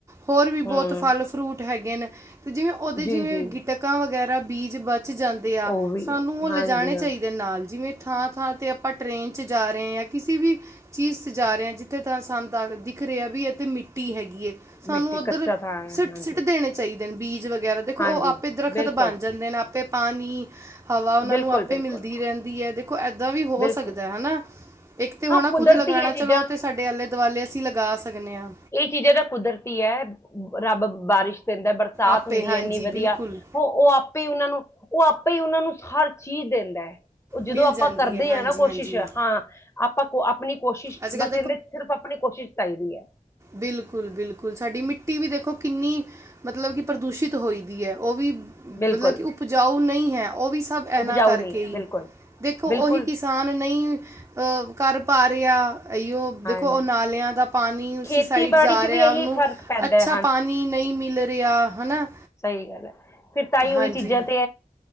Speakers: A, on the right; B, on the left.
A: ਹੋਰ ਵੀ
B: ਹਮ
A: ਬੋਤ ਫਲ-ਫਰੂਟ ਹੈਗੇ ਨੇ, ਤੇ ਜਿਵੇ ਓਦੇ
B: ਜੀ
A: ਜਿਵੇ
B: ਜੀ
A: ਗਿਟਕਾਂ ਵਗੈਰਾ ਬੀਜ ਬਚ ਚ ਜਾਂਦੇ ਆ,
B: ਉਹ ਵੀ
A: ਸਾਨੂੰ ਓ ਲੇਜਾਣੇ
B: ਹਾਂਜੀ ਹਾਂ
A: ਚਾਈਦੇ ਨਾਲ ਜਿਵੇਂ ਥਾਂ-ਥਾਂ ਤੇ ਅਪਾਂ ਟ੍ਰਰੇਨ ਚ ਜਾ ਰਏ ਆ, ਕਿਸੀ ਵੀ ਚੀਸ ਜਾ ਰਏ ਆ ਜਿੱਥੇ ਤਾਂ ਸਾਨ ਦਿਖ ਰੇਐ ਵੀ ਐਤੇ ਮਿੱਟੀ ਹੈਗੀ ਏ। ਸਾਨੂੰ
B: ਮਿੱਟੀ
A: ਓਦਰ
B: ਕੱਚਾ ਥਾਂ ਹੈ
A: ਸਿੱਟ,
B: ਹਾਂਜੀ
A: ਸਿੱਟ ਦੇਣੇ ਚਾਈਦੇ ਨੇ ਬੀਜ ਵਗੈਰਾ
B: ਹਾਂਜੀ।
A: ਦਰਖ਼ਤ
B: ਬਿਲਕੁਲ
A: ਬਨ ਜਾਂਦੇ ਨੇ ਆਪੇ ਪਾਨੀ, ਹਵਾ ਓਨਾਂ
B: ਬਿਲਕੁਲ
A: ਨੂੰ ਆਪੇ
B: ਬਿਲਕੁਲ
A: ਮਿਲਦੀ ਰੈਂਦੀ ਐ। ਦੇਖੋ ਏਦਾਂ ਵੀ ਹੋ
B: ਬਿਲਕੁਲ
A: ਸਕਦੈ, ਹਨਾ। ਇਕ ਤੇ
B: ਹਾਂ
A: ਹੋਣਾ
B: ਕੁਦਰਤੀ
A: ਖੁੱਦ ਲਗਾਣਾ
B: ਹੈ ਚੀਜ਼ਾਂ
A: ਚਲੋ ਓ ਤੇ ਸਾਡੇ ਆਲੇ- ਦੁਆਲੇ ਅਸੀਂ ਲਗਾ ਸਗਨੇ ਆ
B: ਏ ਚੀਜਾ ਦਾ ਕੁਦਰਤੀ ਐ, ਰੱਬ ਬਾਰਿਸ਼ ਦਿੰਦੈ ਬਰਸਾਤ
A: ਆਪੇ
B: ਹੁੰਦੀ
A: ਹਾਂਜੀ
B: ਐ ਇਨੀ ਵਦਿਆ,
A: ਬਿਲਕੁਲ
B: ਹੋ ਓ ਆਪੇ ਈ ਓਨਾਂ ਨੂੰ, ਓ ਆਪੇ ਈ ਓਨਾਂ ਨੂੰ ਹਰ ਚੀਜ਼ ਦਿੰਦੈ। ਓ ਜਦੋਂ
A: ਮਿਲ
B: ਆਪਾਂ
A: ਜਾਂਦੀ
B: ਕਰਦੇ
A: ਹੈ ਹਾਂਜੀ
B: ਆ ਨਾ ਕੋਸ਼ਿਸ਼,
A: ਹਾਂਜੀ
B: ਹਾਂ ਅਪਾਂ ਕੋ ਆਪਣੀ ਕੋਸ਼ਿਸ਼,
A: ਅੱਜ ਕੱਲ
B: ਬੱਸ ਇਂਦੇ ਚ ਸਿਰਫ਼ ਅਪਣੀ ਕੋਸ਼ਿਸ਼ ਚਾਈਦੀ ਐ।
A: ਬਿਲਕੁਲ-ਬਿਲਕੁਲ, ਸਾਡੀ ਮਿੱਟੀ ਵੀ ਦੇਖੋ ਕਿੰਨੀ ਮਤਲਬ ਕਿ ਪ੍ਰਦੂਸ਼ਿਤ ਹੋਈ ਦੀ ਐ, ਓ ਵੀ ਮਤਲਬ
B: ਬਿਲਕੁਲ
A: ਕਿ ਉਪਜਾਊ ਨਈ ਹੈ, ਓ ਵੀ ਸਭ
B: ਉਪਜਾਊ
A: ਐਨਾ ਕਾਰਕੇ
B: ਨਹੀਂ ਹੈ
A: ਈ,
B: ਬਿਲਕੁਲ
A: ਦੇਖੋ
B: ਬਿਲਕੁਲ
A: ਓਹੀ ਕਿਸੇ ਕਿਸਾਨ ਨਈ, ਅ ਕਾਰ ਪਾ ਰੇਆ ਅਯੋ
B: ਹਾਂਜੀ
A: ਦੇਖੋ ਓ ਨਾਲੇਆਂ ਦਾ ਪਾਨੀ ਉਸੀ
B: ਖੇਤੀਬਾੜੀ
A: ਸਾਈਡ ਜਾ
B: 'ਚ
A: ਰੇਆ,
B: ਵੀ ਇਹੀ
A: ਓਨੂੰ
B: ਫਰਕ ਪੈਂਦਾ
A: ਅਛਾ
B: ਹੈ
A: ਪਾਨੀ ਨਈ ਮਿਲ ਲੇਆ, ਹਨਾ।
B: ਸਈ ਗਾੱਲ ਐ, ਫੇਰ ਤਾਈ ਓਈ
A: ਹਾਂਜੀ
B: ਚੀਜਾ ਤੇ